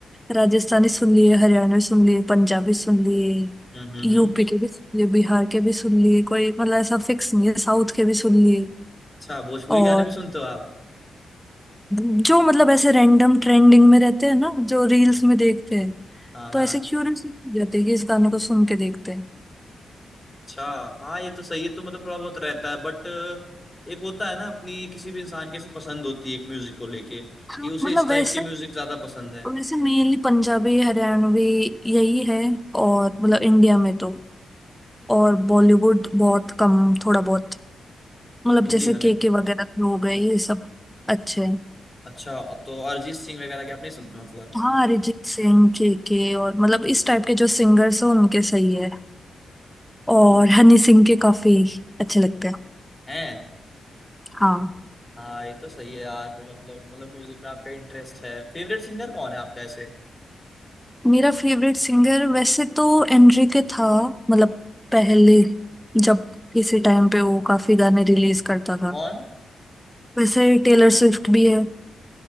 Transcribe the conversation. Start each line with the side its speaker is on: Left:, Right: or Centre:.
Centre: राजस्थानी सुन लिए हरियाणवी सुन लिए पंजाबी सुन लिए
Left: हम्म हम्म
Centre: यूपी
Left: हम्म
Centre: के भी सुन लिए बिहार के भी सुन लिए कोई मतलब ऐसा फिक्स नहीं है साउथ के भी सुन लिए
Left: अच्छा भोजपुरी
Centre: और
Left: गाने भी सुनते हो आप
Centre: जो मतलब ऐसे रैंडम ट्रेंडिंग में रहते हैं ना जो रील्स में देखते हैं
Left: हाँ
Centre: तो
Left: हाँ
Centre: ऐसे क्यूरियस हो जाते हैं कि इस गाने को सुन के देखते हैं
Left: अच्छा हाँ ये तो सही है तो मतलब थोड़ा बहुत रहता है बट एक होता है ना अपनी किसी भी इंसान के से पसंद होती है एक म्यूजिक को लेके कि
Centre: हाँ,
Left: उसे
Centre: मतलब
Left: इस टाइप
Centre: वैसे
Left: के म्यूजिक ज्यादा पसंद है
Centre: वैसे मेनली पंजाबी हरियाणवी यही है और मतलब इंडिया में तो और बॉलीवुड बहुत कम थोड़ा बहुत मतलब
Left: हिंदी
Centre: जैसे
Left: गाने
Centre: के
Left: में
Centre: के वगैरह के हो गए ये सब अच्छे हैं
Left: अच्छा तो अरिजीत सिंह वगैरह के आप नहीं सुनते मतलब
Centre: हाँ अरिजीत सिंह के के और मतलब इस टाइप के जो सिंगर्स हैं उनके सही है और
Left: हम्म।
Centre: हनी सिंह के काफी अच्छे लगते हैं
Left: हैं
Centre: हाँ
Left: हाँ ये तो सही है यार फिर मतलब मतलब म्यूजिक में आपका इंटरेस्ट है फेवरेट सिंगर कौन है आपका ऐसे
Centre: मेरा फेवरेट सिंगर वैसे तो एनरिके था मतलब पहले जब किसी टाइम पे वो काफी गाने रिलीज करता था
Left: कौन
Centre: वैसे टेलर स्विफ्ट भी है